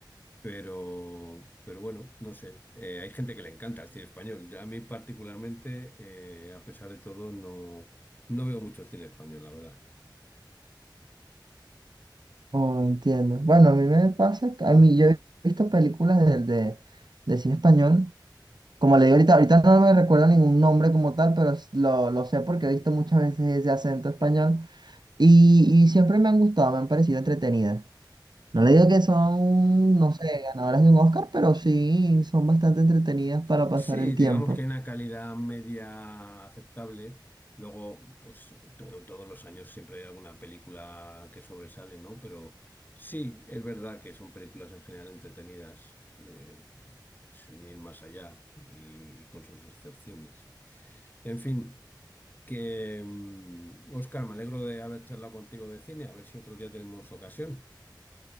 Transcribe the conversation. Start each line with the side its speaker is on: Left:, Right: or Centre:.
Left: Pero, pero bueno, no sé. Eh, hay gente que le encanta el cine español. A mí particularmente, eh, a pesar de todo, no, no veo mucho cine español, la verdad.
Right: Oh, entiendo. Bueno, a mí me pasa, que- a mí yo he visto películas de, de, de cine español Como le digo ahorita, ahorita no me recuerdo ningún nombre como tal, pero s- lo, lo sé porque he visto muchas veces ese acento español y, y siempre me han gustado, me han parecido entretenidas. No
Left: Ujú.
Right: le digo que son, no sé, ganadoras de un Oscar, pero sí son bastante entretenidas para pasar
Left: Sí,
Right: el
Left: digamos
Right: tiempo.
Left: que hay una calidad media aceptable. Luego, pues to- todos los años siempre hay alguna película que sobresale, ¿no? Pero sí, es verdad que son películas en general entretenidas, eh, sin ir más allá y, y con sus excepciones. En fin, que Oscar, me alegro de haber charlado contigo de cine. A ver si otro día tenemos ocasión.